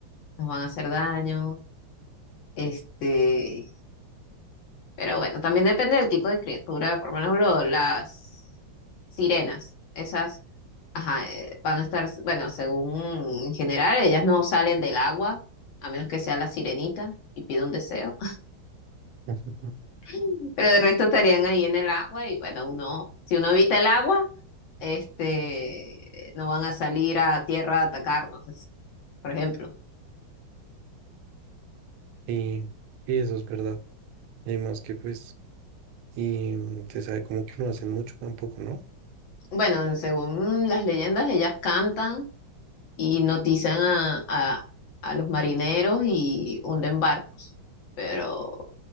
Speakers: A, on the left; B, on the right.
A: Nos van a hacer daño. Este, Pero bueno, también depende del tipo de criatura, por lo menos lo- las sirenas, esas, ajá, eh, van a estar, bueno, según en general, ellas no salen del agua, a menos que sea la sirenita y pida un deseo,
B: <laughs>
A: <laughs> pero de resto estarían ahí en el agua y bueno, uno, si uno evita el agua, este, no van a salir a tierra a atacarnos, por ejemplo.
B: Y, y eso es verdad. Además que pues, y mm, se sabe como que no hacen mucho tampoco, ¿no?
A: Bueno, según las leyendas, ellas cantan y notizan a, a- a los marineros y hunden barcos. Pero